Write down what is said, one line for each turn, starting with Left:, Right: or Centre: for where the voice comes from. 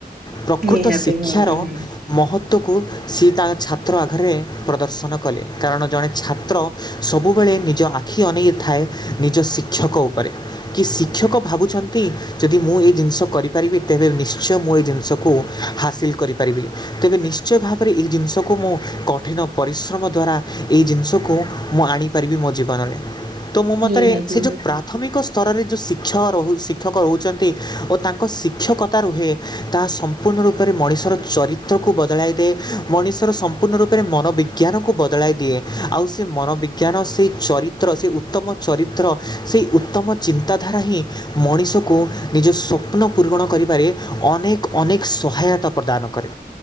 Left: ପ୍ରକୃତ
Right: ନିହାତି
Left: ଶିକ୍ଷାର
Right: ଭାବରେ ହଁ
Left: ମହତ୍ଵକୁ, ସିଏ ତାଙ୍କ ଛାତ୍ର ଆଘରେ ପ୍ରଦର୍ଶନ କଲେ କାରଣ ଜଣେ ଛାତ୍ର ସବୁବେଳେ ନିଜ ଆଖି ଅନେଇ ଥାଏ। ନିଜ ଶିକ୍ଷକ ଉପରେ। କି ଶିକ୍ଷକ ଭାବୁଛନ୍ତି ଯଦି ମୁଁ ଏଇ ଜିନିଷ କରିପାରିବି ତେବେ ନିଶ୍ଚୟ ମୁଁ ଏଇ ଜିନିଷ କୁ, ହାସିଲ କରିପାରିବି ତେବେ ନିଶ୍ଚୟ ଭାବରେ ଏଇ ଜିନିଷକୁ ମୁଁ କ କଠିନ ପରିଶ୍ରମ ଦ୍ବାରା ଏଇ ଜିନିଷକୁ ମୁଁ ଆଣିପାରିବି ମୋ ଜୀବନରେ। ତୋ ମୋ ମତରେ
Right: ନିହାତି
Left: ସେ ଯେଉଁ ପ୍ରାଥମିକ ସ୍ତରରେ ଯେଉଁ ଶିକ୍ଷଣ ରହୁ ଶିକ୍ଷକ ରହୁଛନ୍ତି ଓ ତାଙ୍କ ଶିକ୍ଷକତା ରୁହେ ତାହା ସ ସମ୍ପୂର୍ଣ୍ଣ ରୂପରେ ମଣିଷର ଚରିତ୍ରକୁ ବଦଳାଇ ଦିଏ। ମଣିଷର ସମ୍ପୂର୍ଣ୍ଣ ରୂପରେ ମନୋବିଜ୍ଞାନକୁ ବଦଳାଇ ଦିଏ। ଆଉ ସେ ମନୋବିଜ୍ଞାନ ସେଇ ଚରିତ୍ର, ସେ ଉତ୍ତମ ଚରିତ୍ର, ସେଇ ଉତ୍ତମ ଚିନ୍ତାଧାରା ହିଁ ମଣିଷକୁ, ନିଜ ସ୍ୱପ୍ନ ପୂରଣ କରିବାରେ ଅନେକ ଅନେକ ସହାୟତା ପ୍ରଦାନ କରେ।